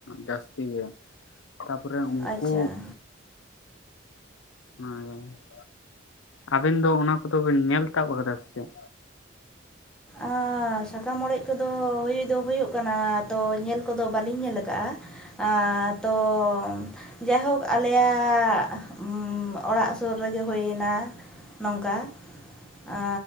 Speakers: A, on the left; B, in the centre.
A: ᱡᱟᱹᱥᱛᱤ ᱜᱮ᱾ ᱛᱟᱯᱚᱨᱮ ᱩᱱᱠᱩ
B: ᱟᱪᱪᱷᱟ
A: <unintelligible> ᱟᱵᱤᱱ ᱫᱚ ᱚᱱᱟ ᱠᱚᱫᱚ ᱵᱤᱱ ᱧᱮᱞ ᱛᱟᱵ ᱠᱟᱫᱟ ᱥᱮ ᱪᱮᱫ
B: ᱟᱻ ᱥᱟᱠᱟᱢ ᱚᱲᱮᱡ ᱠᱚᱫᱚ ᱦᱳᱭ ᱫᱚ ᱦᱳᱭᱳᱜ ᱠᱟᱱᱟ ᱛᱚ ᱧᱮᱞ ᱠᱚᱫᱚ ᱵᱟᱹᱞᱤᱧ ᱧᱮᱞ ᱠᱟᱜᱼᱟ᱾ ᱟᱻ ᱛᱚᱢ ᱡᱟᱭᱦᱳᱠ ᱟᱞᱮᱭᱟᱜ ᱚᱲᱟᱜ ᱥᱳᱨ ᱨᱮᱜᱮ ᱦᱳᱭᱱᱟ ᱱᱚᱝᱠᱟ ᱟ